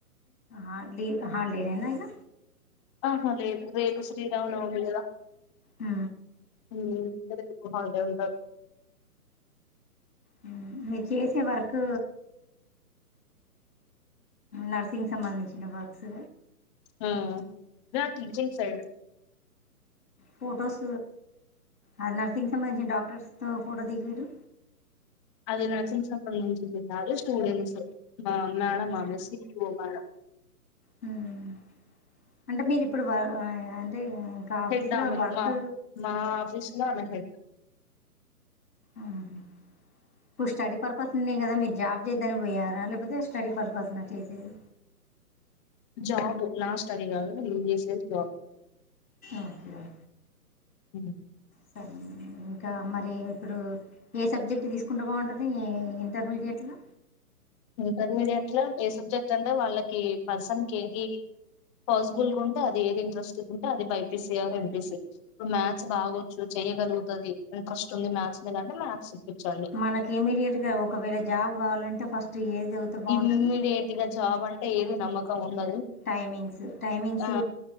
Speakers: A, on the left; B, on the left.
A: ఆ లివ్ హాలిడేనె నా ఇగ
B: ఆహా లేదు రేపు శ్రీరామనవమి కదా
A: హ
B: శ్రీరామనవమి కి హాలిడే ఉండదు
A: మ్మ్ మీరు చేసే వర్క్ నర్సింగ్ సంబంధించిన వర్క్స్
B: ఆ నాది టీచింగ్ సైడ్
A: ఫోటోస్ అ నర్సింగ్ సంబంధించిన డాక్టర్స్ తో ఫోటో దిగారు
B: అది నర్సింగ్ సంబంధించింది కాదు స్టూడెంట్స్ మే మేడం అమెసి ఓ మేడం
A: హుమ్మ్ అంటే మీరిప్పుడు వా వ అంటే ఇంకా ఆఫీస్లో
B: హెడ్ ఆమె
A: వర్క్
B: మ మా ఆఫీసు లో ఆమె హెడ్
A: ఆహ ఇప్పుడు స్టడీ పర్పస్ ఉన్నాయి కదా, మీరు జాబ్ చేద్దని పోయారా లేకపోతే స్టడీ పర్పస్ నా చేసేది.
B: జాబ్ లాస్ట్ అది కాదు నేను చేసేది జాబ్
A: ఓకే ఒ
B: మ్మ్ హ్
A: సరే ఇంకా మరి ఇప్పుడు ఏ సబ్జెక్ట్ తీసుకుంటే బాగుంటది ఇంటర్మీడియట్లో,
B: ఇంటర్మీడియట్ లో ఏ సబ్జెక్ట్ అంటే వాళ్ళకి పర్సన్ కి ఏది పాసిబుల్ గా ఉంటే అది ఏది ఇంట్రెస్ట్ ఉంటే అది బైపీసీ ఆర్ ఎంపీ సీ. ఇప్పుడు మ్యాథ్స్ బాగొచ్చు చెయ్యగలుగుతది ఇంట్రెస్ట్ ఉంది మ్యాథ్స్ మీద అంటే మ్యాథ్స్, ఇప్పించండి
A: మనకి ఇమ్మీడియట్ గా ఒకవేళ జాబ్ కావాలంటే ఫస్ట్ ఏది చదివితే బాగుంటంది
B: ఇమ్మీడియట్ గా జాబ్ అంటే ఏది నమ్మకం ఉండదు
A: టైమింగ్స్ టైమింగ్స్
B: ఆ